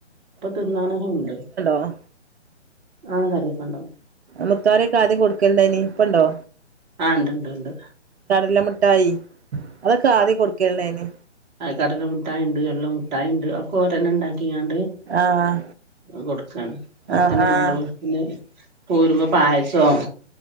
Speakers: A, on the right; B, on the right.
A: ഇപ്പൊ തിന്നാനൊക്കെ ണ്ട്
B: ആഹ്
A: ആഹ് കറിയൊക്കെ ണ്ടാവും
B: മുത്താറിയൊക്കെ ആദ്യം കൊടുക്കല്ണ്ടാനി ഇപ്പണ്ടോ
A: ആഹ് ണ്ട്ണ്ട് ണ്ട്
B: കടല മുട്ടായി അതൊക്കെ ആദ്യം കൊടുക്കല്ണ്ടാനി
A: കട മുട്ടായിണ്ട് എള്ള് മുട്ടായിണ്ട് ഒക്കെ ഓരന്നെ ണ്ടാക്കിങ്ങാണ്ട്
B: ആഹ്
A: അത് കൊടുക്കാണ് പത്തണി
B: ആഹ്
A: ആവുമ്പളും പിന്നെ പോരുമ്പോ പായ സോ